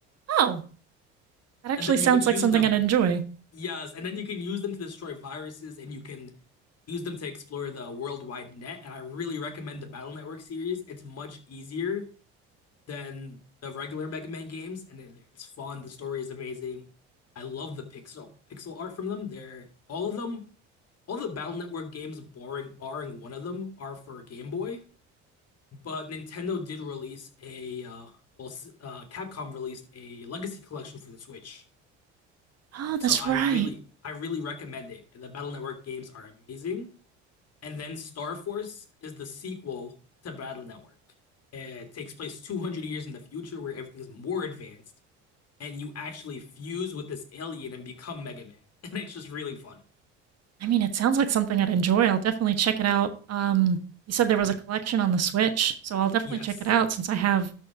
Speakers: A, on the right; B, on the left.
A: Oh, that actually
B: And then
A: sounds
B: you can use
A: like something
B: them,
A: I'd enjoy.
B: yes, and then you can use them to destroy viruses and you can use them to explore the worldwide net. And I really recommend the Battle Network series. It's much easier than the regular Mega Man games, and it- it's fun. The story is amazing. I love the pixel pixel art from them. They're all of them, all the Battle Network games, barring barring one of them, are for Game Boy. But Nintendo did release a uh, well, s- uh, Capcom released a Legacy Collection for the Switch.
A: Oh,
B: So
A: that's
B: I
A: right.
B: really, I really recommend it. The Battle Network games are amazing. And then Star Force is the sequel to Battle Network. It takes place 200 years in the future where everything's more advanced, and you actually fuse with this alien and become Mega Man. <laughs> And it's just really fun.
A: I mean, it sounds like something I'd enjoy. I'll definitely check it out. Um, you said there was a collection on the Switch, so I'll definitely
B: Yes.
A: check it out since I have.